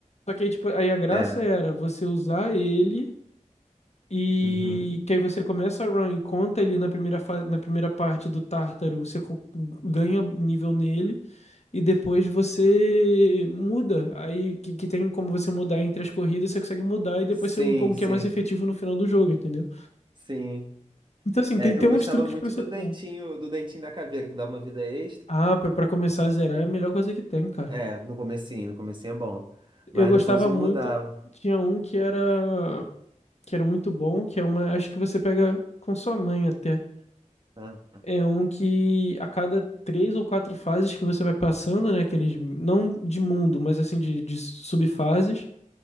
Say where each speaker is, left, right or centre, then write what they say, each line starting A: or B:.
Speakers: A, on the left (about 55°); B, on the right (about 35°).
A: Só que aí, tipo, aí a graça
B: É.
A: era você usar ele e
B: Uhum.
A: que aí você começa a run e conta ele na primeira, fa- na primeira parte do Tártaro, você co- ganha nível nele e depois você muda. Aí que, que tem como você mudar entre as corridas, você consegue mudar e depois
B: Sim,
A: você upa um
B: sim,
A: que é mais efetivo no final do jogo, entendeu?
B: sim.
A: Então, assim,
B: É,
A: tem, tem
B: eu gostava
A: uns truques
B: muito
A: pra acelerar.
B: do dentinho, do dentinho da caveira, que dá uma vida extra.
A: Ah, pra, pra começar a zerar é a melhor coisa que tem, cara.
B: É, no comecinho, no comecinho é bom. Mas
A: Eu gostava
B: depois eu
A: muito,
B: mudava.
A: tinha um que era. que era muito bom, que é uma, acho que você pega com sua mãe até.
B: tá?
A: É um que a cada três ou quatro fases que você vai passando, né, aqueles, não de mundo, mas assim de, de subfases,